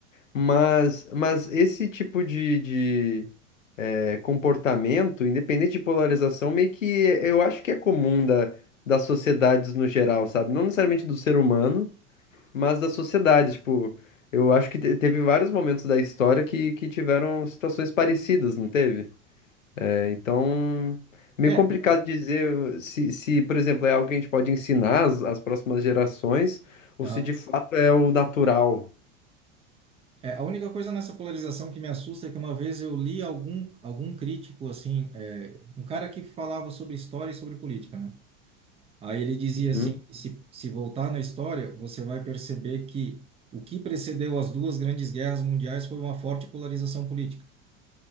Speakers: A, on the left; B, on the right.
A: Mas, mas esse tipo de, de é, comportamento, independente de polarização, meio que é- eu acho que é comum da, das sociedades no geral, sabe? Não necessariamente do ser humano, mas das sociedades. Tipo, eu acho que te- teve vários momentos da história que, que tiveram situações parecidas, não teve? É, então, meio
B: É,
A: complicado
B: o-
A: dizer se, se, por exemplo, é algo que a gente pode ensinar às, às próximas gerações ou
B: aham.
A: se de fato é o natural.
B: É, a única coisa nessa polarização que me assusta é que uma vez eu li algum, algum crítico, assim, é, um cara que falava sobre história e sobre política, né? Aí ele dizia
A: Uhum,
B: assim, que se, se voltar na história, você vai perceber que o que precedeu as duas grandes guerras mundiais foi uma forte polarização política.